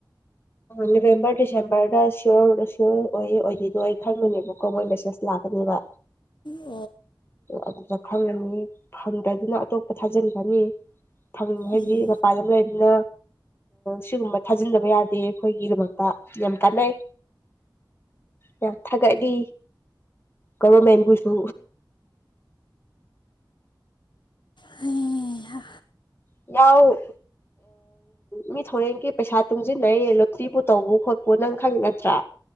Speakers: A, on the left; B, on the left.
A: ꯅꯕꯦꯝꯕꯔ ꯗꯤꯁꯦꯝꯕꯔꯗ ꯁꯤꯌꯣꯔꯗ ꯁꯤꯌꯣꯔ ꯑꯣꯏ ꯑꯣꯏꯗꯣꯏꯗꯣꯏ ꯑꯩ ꯈꯪꯕꯅꯦꯕꯀꯣ ꯃꯣꯏ ꯃꯦꯁꯦꯁ ꯂꯥꯛꯀꯅꯦꯕ
B: ꯏ
A: ꯑꯗꯨꯗ ꯈꯪꯉꯅꯤ ꯐꯪꯗꯗꯅ ꯑꯇꯣꯞꯄ ꯊꯥꯖꯤꯟꯒꯅꯤ ꯊ ꯍꯥꯏꯗꯤ
B: ꯎꯝ
A: ꯃꯄꯥꯟ ꯑꯃ ꯂꯩꯅꯤꯅ ꯁꯤꯒꯨꯝꯕ ꯊꯥꯖꯤꯟꯗꯕ ꯌꯥꯗꯦ ꯑꯩꯈꯣꯏꯒꯤꯗꯃꯛꯇ ꯌꯥꯝ ꯀꯥꯟꯅꯩ ꯌꯥꯝ ꯊꯥꯒꯠꯂꯤ ꯒꯕꯔꯃꯦꯟꯕꯨꯁꯨ
B: ꯍꯩꯍꯥ
A: ꯌꯥꯎ ꯃꯤ ꯊꯣꯔꯦꯟꯒꯤ ꯄꯩꯁꯥ ꯇꯨꯡꯁꯤꯟꯅꯩꯌꯦ ꯂꯣꯇ꯭ꯔꯤꯕꯨ ꯇꯧꯕ ꯈꯣꯠꯄꯨ ꯅꯪ ꯈꯪ ꯅꯠꯇ꯭ꯔꯥ